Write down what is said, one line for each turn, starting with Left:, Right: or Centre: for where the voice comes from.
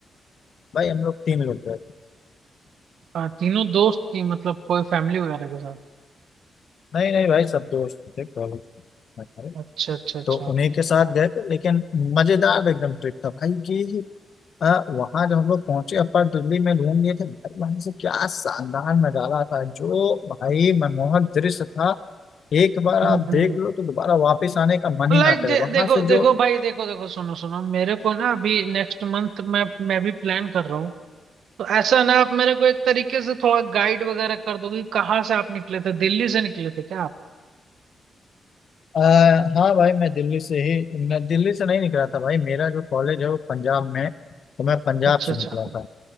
Left: भाई हम लोग तीन लोग गए थे
Right: आ, तीनों दोस्त थी मतलब कोई फैमिली वगैरह के साथ
Left: नहीं नहीं भाई सब दोस्त थे कॉलेज हमारे
Right: अच्छा अच्छा अच्छा
Left: तो उन्हीं के साथ गए थे लेकिन मजेदार एकदम ट्रिप था भाई कि आ, वहां जब हम लोग पहुंचे अपर दिल्ली में रूम लिए थे भाई वहां से क्या शानदार नजारा था जो भाई मनमोहक दृश्य था एक बार आप
Right: हम्म
Left: देख लो तो दोबारा वापस आने का मन
Right: लाइक
Left: ही ना करे वहां
Right: देखो
Left: से जो
Right: देखो भाई देखो देखो सुनो सुनो मेरे को ना अभी नेक्स्ट मंथ मैं मैं भी प्लान कर रहा हूँ तो ऐसा ना आप मेरे को एक तरीके से थोड़ा गाइड वगैरह कर दोगे कि कहाँ से आप निकले थे दिल्ली से निकले थे क्या आप
Left: आ, हाँ भाई मैं दिल्ली से ही न, दिल्ली से नहीं निकला था भाई मेरा जो कॉलेज है वो पंजाब में है, तो मैं पंजाब
Right: अच्छा
Left: से
Right: अच्छा
Left: निकला था